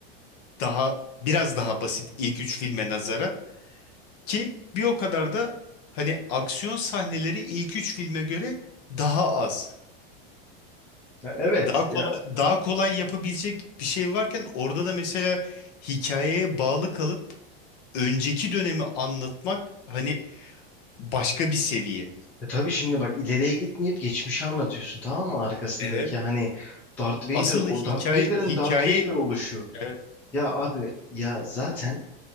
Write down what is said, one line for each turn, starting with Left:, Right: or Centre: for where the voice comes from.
Left: daha biraz daha basit ilk üç filme nazara ki bir o kadar da hani aksiyon sahneleri ilk üç filme göre daha az.
Centre: Ya evet
Left: Daha kolay,
Centre: ya
Left: daha kolay yapabilecek bir şey varken orada da mesela hikayeye bağlı kalıp önceki dönemi anlatmak hani başka bir seviye.
Centre: e tabii şimdi bak ileriye gitmeyip geçmişi anlatıyorsun tamam mı arkasındaki
Left: Evet.
Centre: hani Darth Vader
Left: Asıl
Centre: o
Left: hikaye
Centre: Darth Vader'ın
Left: hikaye
Centre: Darth Vader oluşu.
Left: Evet.
Centre: Ya abi ya zaten